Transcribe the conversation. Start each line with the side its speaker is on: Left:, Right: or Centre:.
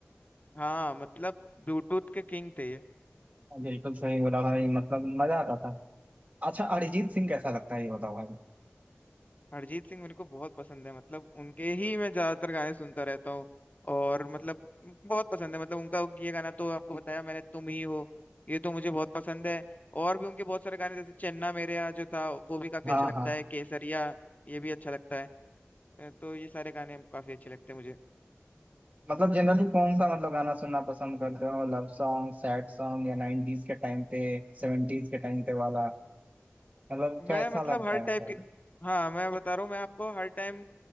Left: हाँ मतलब ब्लूटूथ के किंग थे ये
Right: हाँ, बिल्कुल सही बोला भाई मतलब मजा आता था अच्छा अरिजीत सिंह कैसा लगता है ये बताओ भाई
Left: अरिजीत सिंह मेरे को बहुत पसंद है मतलब उनके ही मैं ज्यादातर गाने सुनता रहता हूँ और मतलब बहुत पसंद है मतलब उनका ये गाना तो आपको बताया मैंने तुम ही हो ये तो मुझे बहुत पसंद है और भी उनके बहुत सारे गाने जैसे चन्ना मेरेया जो था वो भी काफी
Right: हाँ
Left: अच्छा लगता
Right: हाँ
Left: है केसरिया ये भी अच्छा लगता है अ, तो ये सारे गाने काफी अच्छे लगते हैं मुझे
Right: मतलब जनरली कौन सा मतलब गाना सुनना पसंद करते हो लव सॉन्ग सैड सॉन्ग या 90s के टाइम पे 70s के टाइम पे वाला मतलब
Left: मैं
Right: कैसा
Left: मतलब
Right: लगता
Left: हर
Right: है
Left: टाइप
Right: मतलब
Left: के हाँ मैं बता रहा हूँ मैं आपको हर टाइम